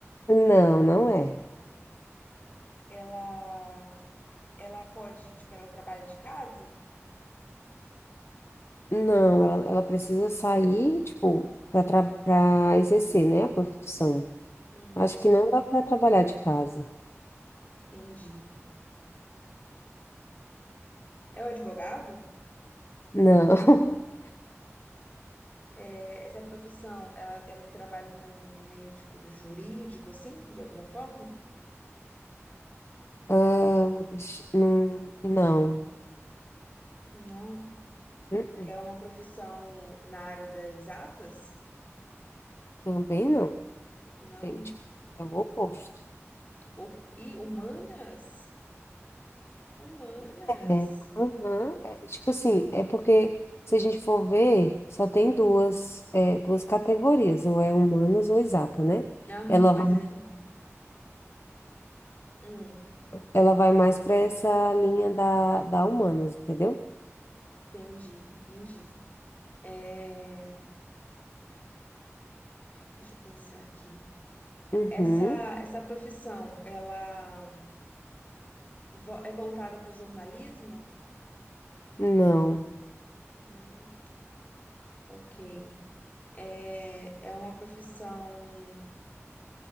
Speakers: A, on the left; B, on the left.
A: Não, não é.
B: Ela, ela pode, tipo, ela trabalha de casa?
A: Não, ela, ela precisa sair, tipo, para para exercer, né, a profissão.
B: Hum,
A: Acho que não dá para trabalhar de casa.
B: entendi. É o advogado?
A: Não. <laughs>
B: É, essa profissão, ela, ela trabalha no, no meio, tipo, do jurídico, assim, de alguma forma?
A: Ah, deixa- hum, não.
B: Não.
A: Uh-uh.
B: É uma profissão na área das exatas?
A: Também não.
B: Não.
A: Entende? É o oposto.
B: O, e humanas? Humanas.
A: É, Aham, é, tipo assim, é porque se a gente for ver, só tem duas, é, duas categorias, ou é humanas ou exata, né?
B: Aham,
A: Ela
B: mas
A: vai,
B: aí. Hum,
A: ela vai mais para essa linha da, da humanas, entendeu?
B: entendi, entendi. É, Deixa eu pensar aqui.
A: Uhum,
B: Essa, essa profissão, ela vo- é voltada para o jornalismo?
A: não.
B: Não. Ok. É, é uma profissão.